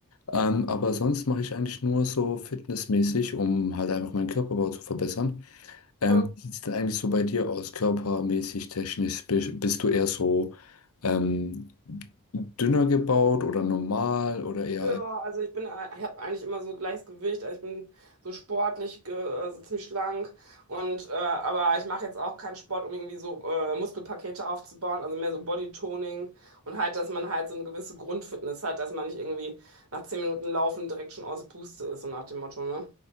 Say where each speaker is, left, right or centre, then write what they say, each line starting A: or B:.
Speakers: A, on the left; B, on the right.
A: Ähm, aber sonst mache ich eigentlich nur so fitnessmäßig, um halt einfach meinen Körperbau zu verbessern. Ähm,
B: ja.
A: wie sieht es denn eigentlich so bei dir aus, körpermäßig, technisch? Bi- Bist du eher so ähm, dünner gebaut oder normal oder eher,
B: Ja, also ich bin, ich habe eigentlich immer so gleiches Gewicht, also ich bin so sportlich, ge- also ziemlich schlank und äh, aber ich mache jetzt auch keinen Sport, um irgendwie so äh, Muskelpakete aufzubauen, also mehr so Bodytoning und halt, dass man halt so eine gewisse Grundfitness hat, dass man nicht irgendwie nach zehn Minuten Laufen direkt schon aus der Puste ist, so nach dem Motto, ne?